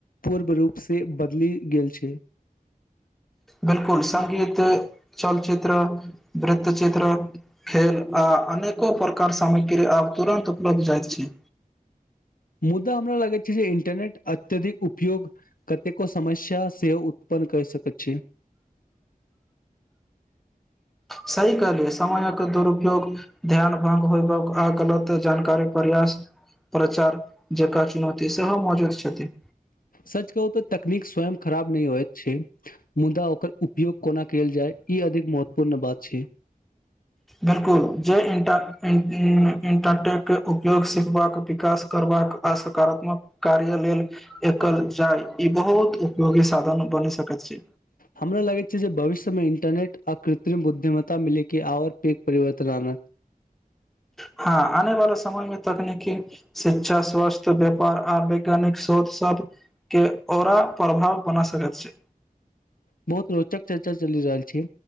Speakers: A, on the left (about 65°); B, in the centre.
A: पूर्व रूप से बदलि गेल छै।
B: बिलकुल। संगीत, चलचित्र वृत्तचित्र खेल आ अनेको प्रकार सामग्री आब तुरन्त उपलब्ध जायत छी।
A: मुद्दा हमरा लागैत छै जे इंटरनेट अत्यधिक उपयोग कतेको समस्या सेहो उत्पन्न कर सकैत छै।
B: सही कहलियै समयक दुरुपयोग ध्यान भंग होयबाक आ गलत जानकारी प्रयास प्रचार जका चुनौती सेहो मौजूद छथि।
A: सच कहू तो तकनीक स्वयं खराब नै होयत छै, मुदा ओकर उपयोग कोना कयल जाय ई अधिक महत्वपूर्ण बात छै।
B: बिलकुल जे इंटा इन इन इंटाटेक के उपयोग सिखबाक, विकास करबाक आ सकारात्मक कार्य लेल एकल जाय ई बहुत उपयोगी साधन बनि सकैत छै।
A: हमरा लगैत छै जे भविष्यमे इंटरनेट आ कृत्रिम बुद्धिमत्ता मिलय के और पैघ परिवर्तन आनत।
B: हाँ आने वाला समय मे तकनीकी शिक्षा, स्वास्थ्य, व्यापार आ वैज्ञानिक शोध सबके औरा प्रभाव बना सकैत छै।
A: बहुत रोचक चर्चा चलि रहल छै,